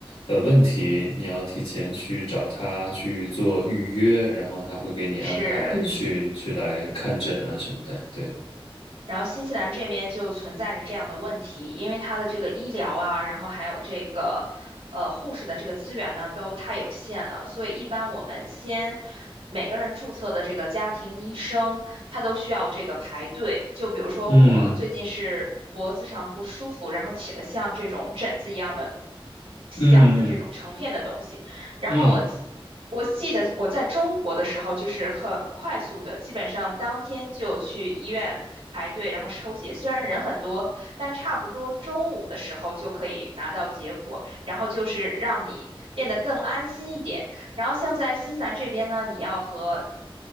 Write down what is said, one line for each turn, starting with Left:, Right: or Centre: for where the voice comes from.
Left: 呃问题，你要提前去找他去做预约，然后他会给你安排嗯去去来看诊啊什么的。
Right: 是。
Left: 对，
Right: 然后新西兰这边就存在着这样的问题，因为它的这个医疗啊，然后还有这个呃护士的这个资源呢，都太有限了，所以一般我们先每个人注册的这个家庭医生，他都需要这个排队。就比如说我最近是脖子上不舒服，
Left: 嗯
Right: 然后起了像这种疹子一样的小的这种成片的东西。
Left: 嗯嗯
Right: 然后我记我记得我在中国的时候，
Left: 嗯嗯嗯。
Right: 就是很快速的，基本上当天就去医院排队，然后抽血。虽然人很多，但差不多中午的时候就可以拿到结果，然后就是让你变得更安心一点。然后像在新西兰这边呢，你要和